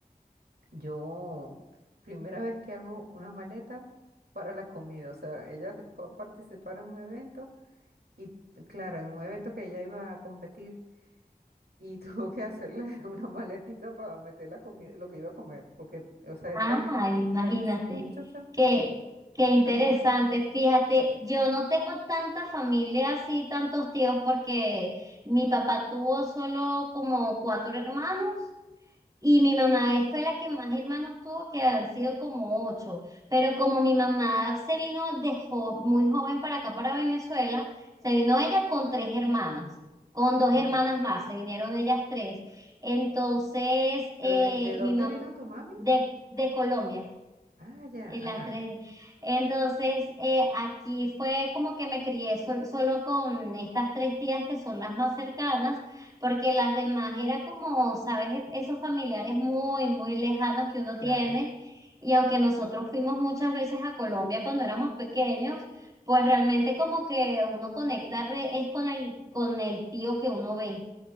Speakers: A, on the right; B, on the right.
A: yo, primera vez que hago una maleta para la comida, o sea, ella fue a participar en un evento y, claro, en un evento que ella iba a competir y <laughs> tuvo que hacerle una maletica para meter la comida, lo que iba a comer, porque, o sea,
B: Ah,
A: es tan estricta,
B: imagínate.
A: sí, muchacha.
B: Qué, qué interesante.
A: Ah,
B: Fíjate, yo no tengo tanta familia así, tantos tíos, porque mi papá tuvo solo como cuatro hermanos. Y mi mamá es- fue la que más hermanos tuvo, que han sido como ocho. Pero como mi mamá se vino de jo- muy joven para acá, para Venezuela, se vino ella con tres hermanas, con dos
A: ujú.
B: hermanas más, se vinieron ellas tres. Entonces, eh,
A: ¿Pero de, de dónde
B: mi mamá,
A: vino tu mami?
B: de, de Colombia.
A: Ah, ya,
B: Y las
A: ajá,
B: tres. Entonces, eh, aquí fue como que me crié sol- solo con estas tres tías que son las más cercanas, porque las demás era como, sabes, E-, esos familiares muy, muy lejanos que uno
A: claro.
B: tiene. Y aunque nosotros fuimos muchas veces a Colombia cuando éramos pequeños, pues realmente como que uno conecta re- es con el, con el tío que uno ve.